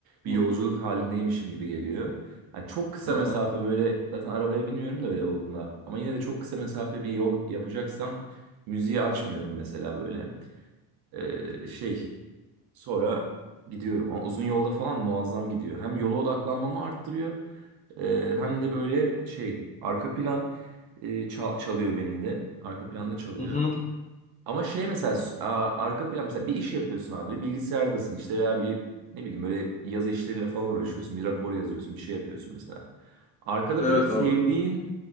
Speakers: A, on the right; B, on the left.
A: bir
B: Hı.
A: yolculuk halindeymişim gibi geliyor. Yani çok kısa
B: Aha.
A: mesafe böyle zaten arabaya binmiyorum da öyle olduğunda. Ama yine de çok kısa mesafe bir yol yapacaksam müziği açmıyorum
B: Hı.
A: mesela böyle. E, şey sonra gidiyorum. Ama uzun yolda falan muazzam gidiyor. Hem yola odaklanmamı arttırıyor e, hem de böyle şey arka plan e, çal- çalıyor benim de. Arka planda çalıyor.
B: Hı. Hı.
A: Ama şey mesela s- a- arka plan mesela bir iş yapıyorsun abi bilgisayardasın işte veya bir ne bileyim böyle yazı işleriyle falan uğraşıyorsun bir rapor yazıyorsun bir şey yapıyorsun mesela. Arkada
B: Evet
A: böyle sevdiğin
B: abi.